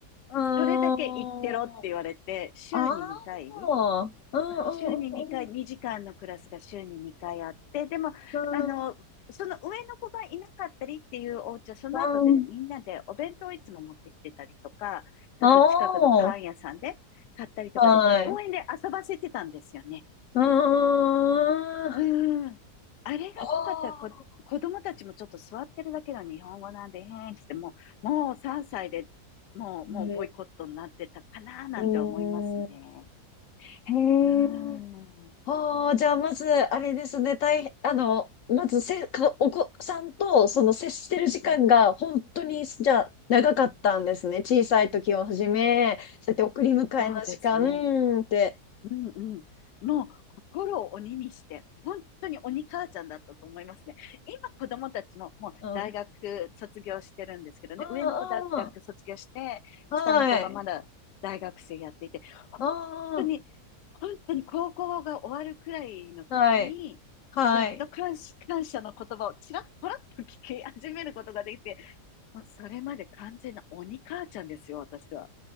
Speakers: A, on the left; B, on the left.
A: うー
B: それだけ行ってろって言われて、
A: ん。
B: 週に2回、
A: ああ。うん
B: 週に2回、
A: うん
B: 2時間のクラスが週に2回あって、でも、
A: うん
B: あの、その上の子がいなかったりっていうお家は、その後でね、
A: うん。うん。
B: みんなでお弁当をいつも持ってきてたりとか、ちょっと近くのパン屋さんで買ったりとかで、
A: ああ。はい。
B: 公園で遊ばせてたんですよね。
A: うーん。
B: うん。
A: は
B: あれがなかったらこ、
A: あ。
B: 子供たちもちょっと座ってるだけの日本語なんで、へーんってもう、もう3歳でもう、
A: うん。
B: もうボイコットになってたかななんて思いますね。
A: うんへえ。
B: うん。うん
A: はあ。じゃあ、まず、あれですね。大変、あの、まずせ、か、お子さんと、その、接してる時間が、
B: うん
A: 本当に、じゃあ、長かったんですね。小さい時をはじめ、そうやって送り迎えの時間って。
B: そうですね。うんうん。もう心を鬼にして、本当に鬼母ちゃんだったと思いますね。今子供たちももう大学卒業してるんですけどね、
A: うん。うん
B: 上の子大学卒業して、
A: うんはい。
B: 下の子がまだ大学生やっていて、本
A: あ
B: 当に、本当に高校が終わるくらいの時に、
A: あ、はい。はい。
B: やっと感謝、感謝の言葉をちらっぽらっと聞き始めることができて、もうそれまで完全な鬼母ちゃんですよ、私は。